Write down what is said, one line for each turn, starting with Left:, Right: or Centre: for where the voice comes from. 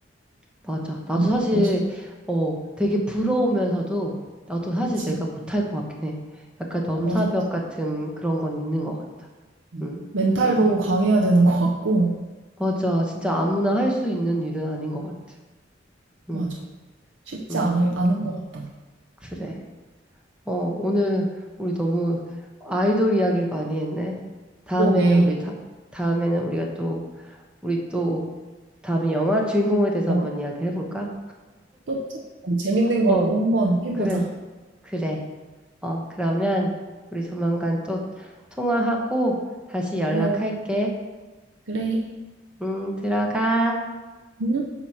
Centre: 맞아. 나도
Right: 응,
Centre: 사실,
Right: 그래서.
Centre: 어, 되게 부러우면서도, 나도 사실
Right: 그치.
Centre: 내가 못할 것 같긴 해. 약간 넘사벽
Right: 맞아, 맞아.
Centre: 같은 그런 건 있는 것 같아.
Right: 응.
Centre: 응.
Right: 멘탈도 강해야 되는 것 같고,
Centre: 맞아. 진짜 아무나 할 수 있는 일은 아닌 것 같아. 응,
Right: 맞아. 쉽지
Centre: 응.
Right: 않을, 않은 것 같다.
Centre: 그래. 어, 오늘 우리 너무 아이돌 이야기를 많이 했네. 다음에는
Right: 그러게.
Centre: 우리, 다, 다음에는 우리가 또, 우리 또, 다음에 영화 주인공에 대해서
Right: 어,
Centre: 한번 이야기 해볼까?
Right: 또, 재- 재밌는 걸로
Centre: 어,
Right: 한번 해보자.
Centre: 그래. 그래. 어, 그러면 우리 조만간 또 통화하고 다시 연락할게.
Right: 어, 그래.
Centre: 음, 들어가.
Right: 응?